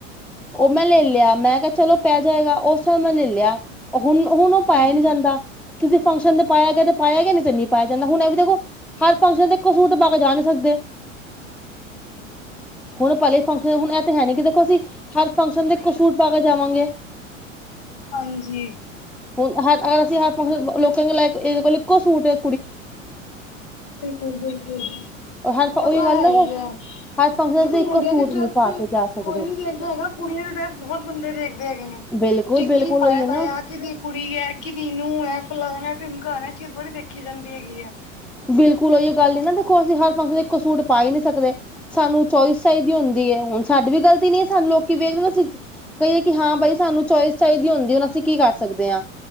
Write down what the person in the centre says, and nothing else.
ਉਹ ਮੈਂ ਲੈ ਲਿਆ ਮੈਂ ਕਹਿ ਚਲੋ ਪੈ ਜਾਏਗਾ ਉਹ ਸਾਬ ਨਾਲ ਲਿਆ ਹੁਣ ਹੁਣ ਉਹ ਪਾਇਆ
ਈ ਨੀ ਜਾਂਦਾ ਕਿਸੇ ਫੰਕਸ਼ਨ ਦੇ ਪਾਇਆ ਗਿਆ ਤੇ ਪਾਇਆ ਗਿਆ ਨੀ ਤੇ ਨੀ ਪਾਇਆ ਜਾਂਦਾ ਹੁਣ ਇਹ ਵੀ ਦੇਖੋ ਹਰ ਫੰਕਸ਼ਨ ਦੇ ਇੱਕੋ ਸੂਟ ਪਾ ਕੇ ਜਾ ਨੀ ਸਕਦੇ। ਹੁਣ ਪਲੇ ਫੰਕਸ਼ਨ ਹੁਣ ਇਹ ਤਾਂ ਹੈ ਨੀ ਕਿ ਦੇਖੋ ਅਸੀਂ ਹਰ ਫੰਕਸ਼ਨ ਦੇ ਇਕੋ ਸੂਟ ਪਾ ਕੇ ਜਾਵਾਂਗੇ।
ਹੁਣ ਜੇ ਅਸੀਂ ਹਰ ਫੰਕਸ਼ਨ ਤੇ ਲੋਕ ਕਹਿਣ ਗੇ ਕੁੜੀ ਕੋਲ ਇੱਕੋ ਹੀ ਸੂਟ ਹੈ।
ਹਰ ਉਹੀ
ਗੱਲ
ਨਾ
ਹਰ ਫੰਕਸ਼ਨ
ਅਸੀਂ
ਇੱਕੋ ਸੂਟ
ਨਹੀਂ ਪਾ ਕੇ ਜਾ ਸਕਦੇ
ਬਿਲਕੁਲ
ਬਿਲਕੁਲ
ਉਹੀ ਹੈ ਨਾ
ਬਿਲਕੁਲ ਉਹੀ ਗੱਲ ਨੀ ਨਾ ਦੇਖੋ ਅਸੀਂ ਹਰ ਫੰਕਸ਼ਨ ਦੇ ਇੱਕ ਸੂਟ ਪਾ ਹੀ ਨਹੀਂ ਸਕਦੇ ਸਾਨੂੰ ਚੋਇਸ ਚਾਹੀਦੀ ਹੁੰਦੀ ਹੈ ਹੁਣ ਸਾਡੀ ਵੀ ਗਲਤੀ ਨੀ ਹੈ ਸਾਨੂੰ ਲੋਕੀ ਵਖਦੇ ਨੇ ਅਸੀ ਕਹੀਏ ਕਿ ਹਾਂ ਬਾਈ ਸਾਨੂੰ ਚੋਇਸ ਚਾਹੀਦੀ ਹੁੰਦੀ ਹੁਣ ਅਸੀਂ ਕੀ ਕਰ ਸਕਦੇ ਹਾਂ।